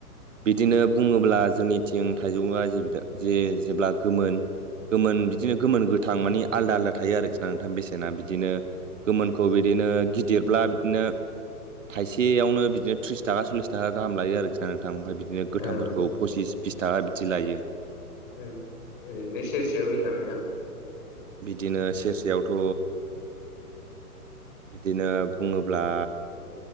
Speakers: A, on the right (about 55°); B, on the left (about 35°).
A: बिदिनो बुङोब्ला जोंनिथिं थाइजौआ जे जेब्ला गोमोन। गोमोन बिदिनो गोमोन गोथां मानि आलदा आलदा थायो आरोखि ना नोंथां बेसेना बिदिनो गोमोनखौ बिदिनो गिदिरब्ला बिदिनो थाइसेयावनो बिदिनो त्रिस थाखा सल्लिस थाखा गाहाम लायो आरोखि आङो गोथां ओमफ्राय बिदिनो गोथांफोरखौ
B: औ
A: फसिस बिस थाखा बिदि लायो।
B: ओरैनो सेरसेयाव बेसेबां?
A: बिदिनो सेरसेयावथ' बिदिनो बुङोब्ला